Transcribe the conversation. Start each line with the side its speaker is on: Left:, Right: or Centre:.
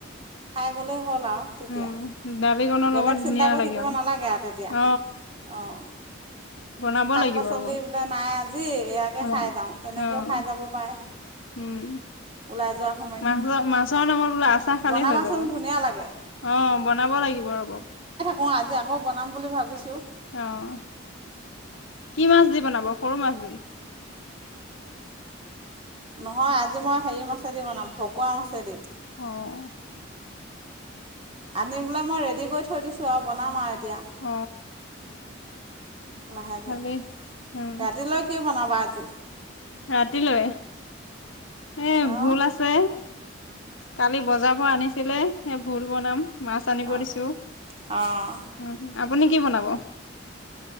Right: খাই গ'লেই হ'ল আৰু তেতিয়া।
Left: উম দালিকনৰ
Right: বেলেগ
Left: লগত
Right: চিন্তা
Left: ধুনীয়া
Right: কৰি
Left: লাগে
Right: থাকিব নালাগে আৰু তেতিয়া।
Left: অ
Right: অ'।
Left: বনাব
Right: শাক-পাচলি
Left: লাগিব ৰব
Right: বোলে নাই আজি এয়াকে
Left: অ'
Right: খাই যাওঁ তেনেকৈও
Left: অ',
Right: খাই যাব পাৰে
Left: উম।
Right: ওলাই যোৱাৰ সময়ত
Left: মাংস-মাছৰ নামত বোলো আচাৰ খালেই
Right: বনাবাচোন
Left: হৈ যাব।
Right: ধুনীয়া লাগে
Left: অ' বনাব লাগিব ৰ'ব।
Right: উম, আজি আকৌ বনাম বুলি ভাবিছো।
Left: অ' কি মাছ দি বনাব? সৰু মাছ দি।
Right: নহয় আজি, মই হেৰি মাছেদি বনাম, ভকুৱা মাছেদি।
Left: অ'।
Right: আনি পেলাই মই ৰেডি কৰি থৈ দিছো, আৰু বনাম আৰু। এতিয়া।
Left: অ
Right: লাহেকৈ,
Left: ভালেই উম
Right: ৰাতিলৈ কি বনাব? <unintelligible>
Left: ৰাতিলৈ? এ
Right: অঁ
Left: ভোল আছে। কালি বজাৰৰ পৰা আনিছিলে, সেই ভোল বনাম। মাছ আনিব
Right: অ'
Left: দিছো
Right: অ'।
Left: উম আপুনি কি বনাব অ